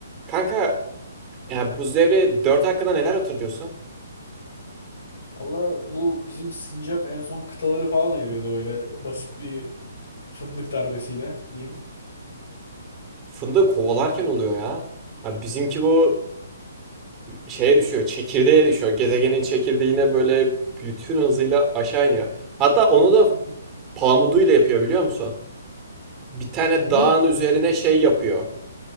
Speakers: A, on the right; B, on the left.
A: Kanka ya buz devri 4 hakkında neler hatırlıyorsun?
B: Valla bu bizim sincap en son kıtaları falan ayırıyordu böyle basit bir fındık darbesiyle diyeyim.
A: Fındığı kovalarken oluyor ya. Ya bizimki bu şeye düşüyor, çekirdeğe düşüyor. Gezegenin çekirdeğine böyle bütün hızıyla aşağı iniyor. Hatta onu da
B: Hı hı.
A: pamuduyla yapıyor biliyor musun? Bir tane
B: Onunla
A: dağın
B: mı?
A: üzerine
B: Erdoğan
A: şey yapıyor.